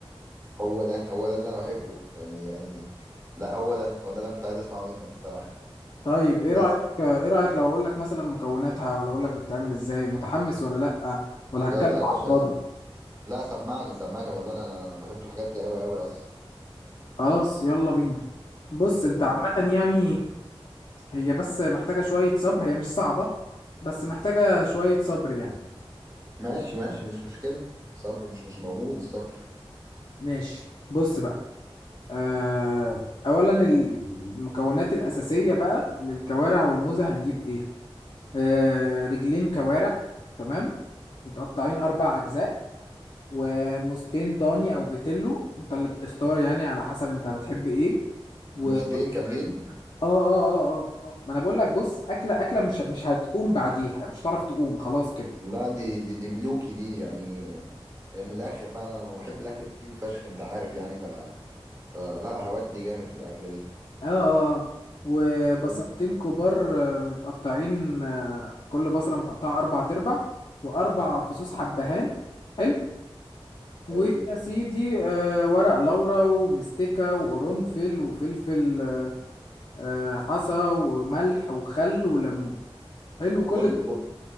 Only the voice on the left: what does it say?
طيب ايه
رايك ايه رايك لو اقول لك مثلا مكوناتها ولا اقول لك بتتعمل ازاي متحمس ولا لا ولا هتكلم
على الفاضي
خلاص يلا بينا بص انت
عامه
يعني هي بس محتاجه شويه صبر هي مش صعبه بس محتاجه شويه صبر يعني
ماشي بص بقى آه اولا المكونات الاساسيه بقى للكوارع والموزه هنجيب ايه آه رجلين كوارع تمام متقطعين اربع اجزاء وموزتين ضاني او بتلو انت اللي بتختار يعني على حسب انت بتحب ايه و
اه
اه اه اه اه ما انا بقول لك بص اكله اكله مش مش هتقوم بعديها مش هتعرف تقوم خلاص كده
اه اه اه وبصلتين
كبار آه، متقطعين آه، كل بصله متقطعه اربع تربع واربع فصوص حبهان حلو ويا
سيدي آه، ورق لورا ومستكة وقرنفل وفلفل آه، حصى وملح وخل وليمون حلو كل